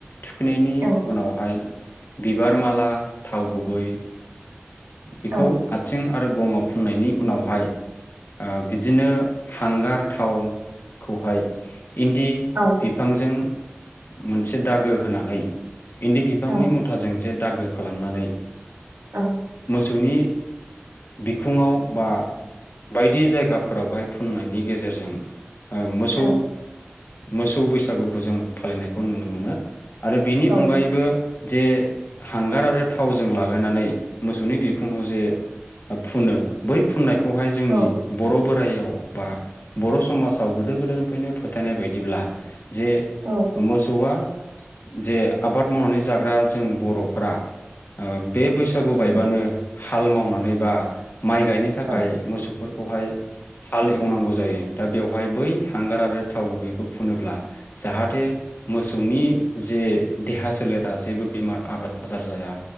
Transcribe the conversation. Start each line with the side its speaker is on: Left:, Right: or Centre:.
Left: थुखैनायनि
Right: औ
Left: उनावहाय बिबार माला थाव गुबै बेखौ
Right: औ
Left: आथिं आरो गङाव फुननायनि उनावहाय बिदिनो हांगार थावखौहाय इन्दि
Right: औ
Left: बिफांजों मोनसे दागो होनानै इन्दि बिफांनि
Right: औ
Left: मुथाजों जे दागो खालामनानै
Right: औ
Left: आबसुनि बिखुङाव बा बायदि जायगाफोरावहाय फुननायनि गेजेरजों ओ मोसौ
Right: औ
Left: मोसौ बैसागुखौ जों फालिनायखौ नुनो मोनो। आरो बेनि
Right: औ
Left: अनगायैबो
Right: नंगौ
Left: जे हांगार आरो थावजों लागायनानै मोसौनि बिखुाव जे फुनो बै फुननाय खौहाय जोंनि
Right: औ
Left: बर' बोराइयाव बा बर' समाजाव गोदो गोदायनिफ्रायनो फोथायनाय बायदिब्ला जे
Right: औ
Left: मोसौआ जे आबाद मावनानै जाग्रा जों बर'फोरा बे बैसागु बाय
Right: नंगौ
Left: बानो हाल मावनानै बा माइ गायनो थाखाय
Right: औ
Left: मोसौफोर खौहाय हाल एवनांगौ जायो दा बेवहाय बै हांगार आरो थाव गुबैखौ फुनोब्ला जाहाथे मोसौनि जे देहा सोलेरा जेबो बेमार आबाद आजार जाया